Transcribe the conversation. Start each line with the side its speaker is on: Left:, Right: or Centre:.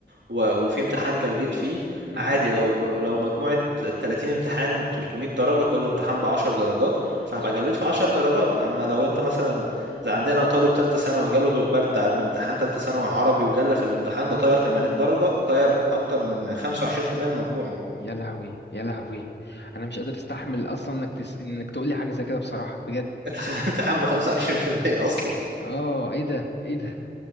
Right: و... وفي امتحان جليت فيه
Left: مهم.
Right: عادي لو لو مجموعة 30 امتحان 300 درجة كل امتحان ب 10 درجات فهبقى
Left: مظبوط
Right: جليت في 10 درجات اما لو انت مثلا زي عندنا طالب تالتة ثانوي جاله دور برد قبل امتحان تالتة ثانوي عربي وجلى في الامتحان ده طاير 80 درجة طاير اكتر من 25% من مجموعه
Left: يا لهوي يا لهوي انا مش قادر استحمل اصلا انك تس... انك تقول لي حاجة زي كده بصراحة بجد
Right: <laughs> امتحان ب 25% اصلا
Left: اه ايه ده ايه ده